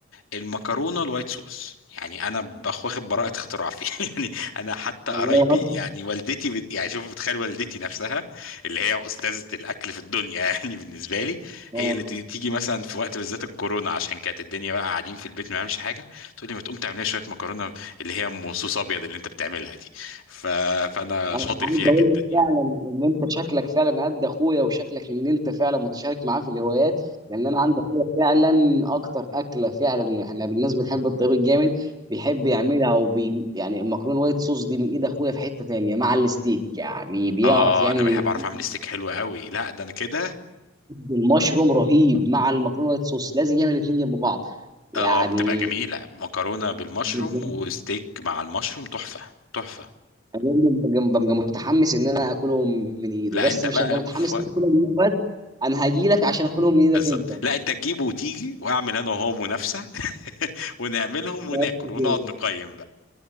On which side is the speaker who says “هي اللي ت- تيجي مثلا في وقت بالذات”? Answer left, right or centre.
Left